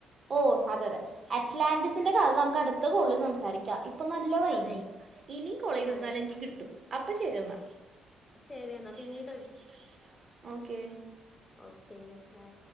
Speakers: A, on the right (about 40°); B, on the left (about 25°).
A: ഓ അതെ അതെ അറ്റ്ലാന്റിസിന്റെ കഥ നമുക്ക് അടുത്ത കോള്ൽ സംസാരിക്കാ ഇ പ്പൊ നല്ല വൈകി
B: അതെ
A: ഇനിം കൊളേജിരുന്നാലെനിക്ക്‌
B: അതെ
A: കിട്ടും അപ്പൊ ശെരിയെന്നാ
B: ശരി
A: ശെരി
B: പിന്നീട്
A: എന്നാ പിന്നീടൊരിക്കലാകാം ഓക്കെ
B: ഓക്കെ ബൈ